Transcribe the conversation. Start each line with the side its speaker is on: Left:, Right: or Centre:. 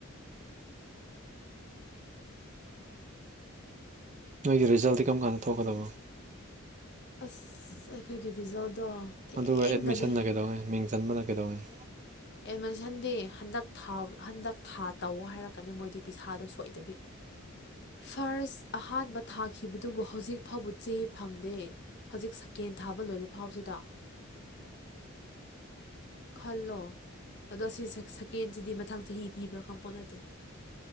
Right: ꯅꯣꯏꯒꯤ ꯔꯤꯖꯜꯗꯤ ꯀꯔꯝ ꯀꯥꯟꯗ ꯊꯣꯛꯣꯛꯀꯗꯕꯣ
Left: ꯑꯁ ꯑꯩꯈꯣꯏꯒꯤ ꯔꯤꯖꯜꯗꯣ ꯊꯦꯡꯒꯅꯤ
Right: ꯑꯗꯨꯒ ꯑꯦꯠꯃꯤꯁꯟꯅ ꯀꯩꯗꯧꯉꯩ ꯃꯤꯡ ꯆꯟꯕꯅ ꯀꯩꯗꯧꯉꯩ
Left: ꯑꯦꯠꯃꯤꯁꯟꯗꯤ ꯍꯟꯗꯛ ꯊꯥꯎ ꯍꯟꯗꯛ ꯊꯥ ꯇꯧꯑꯣ ꯍꯥꯏꯔꯛꯀꯅꯤ ꯃꯣꯏꯗꯤ ꯄꯤꯁꯥꯗꯣ ꯁꯣꯏꯗꯕꯤ ꯐꯥꯔꯁ ꯑꯍꯥꯟꯕ ꯊꯥꯈꯤꯕꯗꯨꯕꯨ ꯍꯧꯖꯤꯛ ꯐꯥꯎꯕ ꯆꯦ ꯐꯪꯗꯦ ꯍꯧꯖꯤꯛ ꯁꯦꯀꯦꯟ ꯊꯥꯕ ꯂꯣꯏꯔꯐꯥꯎꯁꯤꯗ ꯈꯜꯂꯣ ꯑꯗꯣ ꯑꯁꯤ ꯁꯦꯛ ꯁꯦꯀꯦꯟꯁꯤꯗꯤ ꯃꯊꯪ ꯆꯍꯤ ꯄꯤꯕ꯭ꯔꯥ ꯈꯝꯄꯣꯠ ꯅꯠꯇꯦ